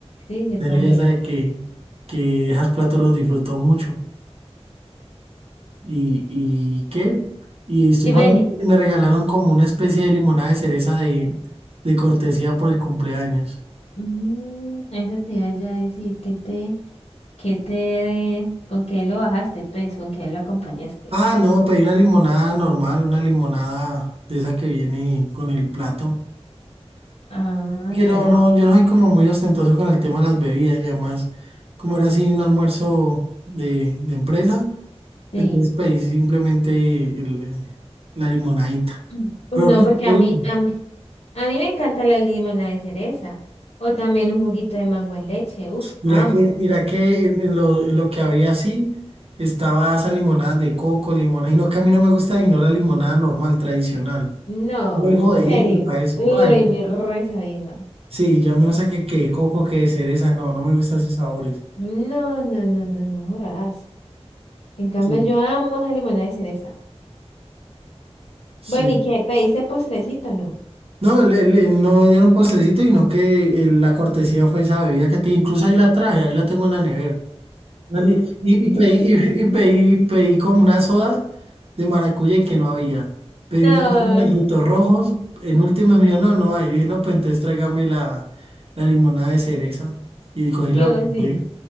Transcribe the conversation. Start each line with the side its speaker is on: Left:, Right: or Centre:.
Left: Sí, yo
Right: Pero
Left: también.
Right: ella sabe que, que esos platos los disfrutó mucho. ¿Y, y qué? Y estoy
Left: Y
Right: mal,
Left: ven,
Right: me regalaron como una especie de limonada de cereza de, de cortesía por el cumpleaños.
Left: mm, eso te iba yo a decir, ¿qué te, qué te, con qué lo bajaste, pues, con qué lo acompañaste?
Right: Ah, no, pedí una limonada normal, una limonada de esa que viene con el plato.
Left: Ah,
Right: Que no,
Left: ya, ya,
Right: no, yo no soy como muy ostentoso con el tema de las bebidas y además, como era así un almuerzo de, de empresa,
Left: sí.
Right: entonces pedí simplemente el- la limonadita.
Left: <clears throat> Mm,
Right: Pero
Left: No,
Right: no estuvo
Left: porque a mí,
Right: bien.
Left: a mí, A mí me encanta la limonada de cereza. O también un juguito de mango en leche. Uf,
Right: Mira
Left: amo.
Right: que, mira que en, en lo, en lo que había así, estaba esa limonada de coco, limonada, y no que a mí no me gusta, sino la limonada normal, tradicional.
Left: No,
Right: Muy
Left: en
Right: jodidito
Left: serio.
Right: para eso.
Left: Uy,
Right: Ay,
Left: me re sabía.
Right: sí, ya no sé qué, qué coco, qué cereza, no, no me gustan esos sabores.
Left: No, no, no, no, no jodas. En cambio,
Right: Sí,
Left: yo amo esa limonada de cereza.
Right: sí.
Left: Bueno, ¿y qué? ¿Pediste postrecito o no?
Right: No, le, le- no me dieron postrecito, sino que eh, la cortesía fue esa bebida que te, incluso ahí la traje, ahí la tengo en la nevera. Dale, Y, y pedí, y- y pedí- pedí como una soda de maracuyá y que no había. Pedí
Left: No,
Right: una soda de frutos rojos. En última me dijo, no, no hay. dije, no, pues entonces tráigame la, la limonada de cereza. Y cogí
Left: yo
Right: la guardé.
Left: sí.